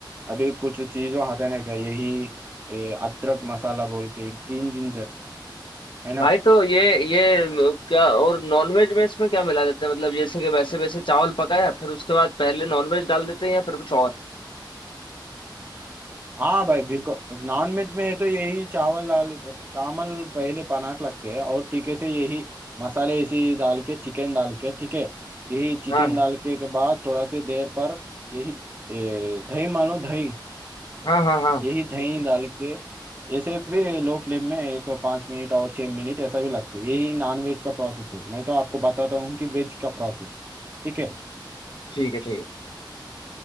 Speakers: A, on the right; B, on the left.
A: अभी कुछ चीज़ों हटाने का यही ए, अदरक मसाला बोल के ग्रीन जिंजर है ना
B: भाई तो ये ये म, क्या और नॉनवेज में इसमें क्या मिला देते हैं मतलब जैसे कि वैसे वैसे चावल पकाया फिर उसके बाद पहले नॉनवेज डाल देते हैं या फिर कुछ और
A: हाँ भाई बिल्कुल नॉन वेज में है तो यही चावल दाल चावल पहले पनाक लगते हैं और ठीके से यही मसाले इसी डाल के चिकन डाल के ठीक है यही चिकन
B: हाँ हाँ
A: डाल के के बाद थोड़ा से देर पर यही ए, दही मानो दही
B: हाँ हाँ हाँ
A: यही दही डाल के ऐसे भी लो फ्लेम में एक पाँच मिनट और छः मिनट ऐसा भी लगते है यही नॉन वेज का प्रोसेस है मैं तो आपको बताता हूँ कि वेज का प्रोसेस ठीक है
B: ठीक है ठीक